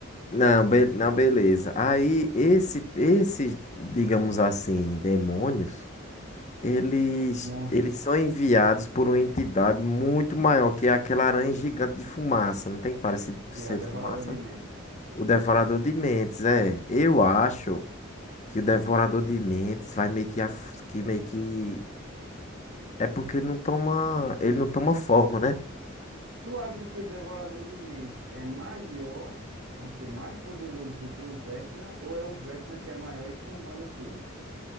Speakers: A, on the left (about 35°); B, on the right (about 85°).
A: Não, be- não, beleza. Aí esse, esses, digamos assim, demônios, eles,
B: Monstros,
A: eles são enviados por uma entidade muito maior, que é aquela aranha gigante de fumaça. Não tem parecido
B: que
A: ser
B: é o Devorador
A: de fumaça?
B: de Mentes.
A: O Devorador de Mentes, é. Eu acho que o Devorador de Mentes vai meio que, af- que meio que é porque ele não toma, ele não toma forma, né?
B: Tu acha que o Devorador de Mentes é maior, é um ser mais poderoso do que o Vecna, ou é o Vecna que é maior e comanda tudo?